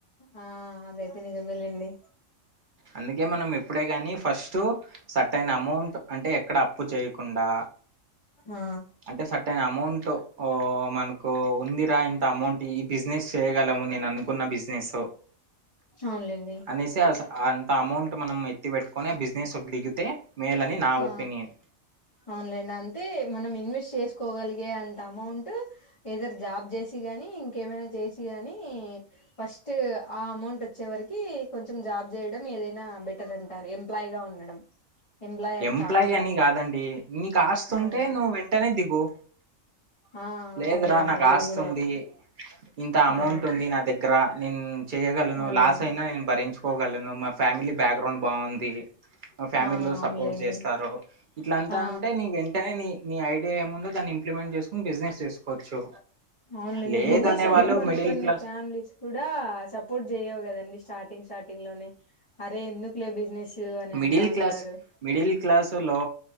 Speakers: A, on the left; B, on the right.
A: ఆ అదైతే నిజమే లేండి
B: అందుకే మనం ఎప్పుడే కాని ఫస్ట్ సట్ అయిన అమౌంట్, అంటే ఎక్కడ అప్పు చేయకుండా
A: ఆ
B: అంటే సట్ అయిన అమౌంట్ ఓ మనకు ఉందిరా ఇంత అమౌంట్ ఈ బిజినెస్ చేయగలము నేను అనుకున్న బిజినెస్,
A: అవునులేండి
B: అనేసి అస్ ఇంత అమౌంట్ మనం ఎత్తి పెట్టుకొని బిజినెస్ దిగితే మేల్ అని నా
A: ఆ
B: ఒపీనియన్
A: అవునులేండి అంటే మనం ఇన్వెస్ట్ చేసుకోగలిగే అంత అమౌంట్ ఏదరు జాబ్ చేసి గాని ఇంకేమైనా చేసిగాని ఫస్ట్ ఆ అమౌంట్ వచ్చే వరికి కొంచ్ జాబ్ చేయడం ఏదైనా బెటర్ అంటారు ఎంప్లాయ్గా ఉండడం ఎంప్లాయర్
B: ఎంప్లాయ్
A: కాకుండా
B: అని కాదండి నీకు ఆస్తుంటే
A: అవునులే
B: నువ్వు వెంటనే దిగు
A: ఆ
B: లేదురా
A: అవునులేండి
B: నాకు
A: అది
B: ఆస్తుంది
A: కూడా ఒక
B: ఇంత అమౌంట్
A: ఆ
B: ఉంది నా దగ్గర నేను చేయ్యగలను
A: అవునులేండి
B: లాస్ అయినా నేను భరించు కోగలను మా ఫ్యామిలీ బ్యాక్గ్రౌండ్ బాగుంది మా ఫ్యామిలీలో
A: ఆ అవునులేండి
B: సపోర్ట్ చేస్తారు ఇట్లంతా
A: ఆ
B: అంటే నీ వెంటనే నీ నీ ఐడియా ఏముందో దాని ఇంప్లిమెంట్ చేసుకుని బిజినెస్ చేసుకోవచ్చు
A: అవునులేండి
B: లేదనే
A: బిజినెస్ అంటే
B: వాళ్ళు
A: కొన్ని
B: మిడిల్
A: కొన్ని
B: క్లాస్
A: ఫ్యామిలీస్ కూడా సపోర్ట్ చెయ్యవు కదా అన్ని స్టార్టింగ్ స్టార్టింగ్ లోనే అరే ఎందుకు లే బిజినెస్ అని
B: మిడిల్
A: అంటా
B: క్లాస్
A: ఉంటారు
B: మిడిల్ క్లాస్ లో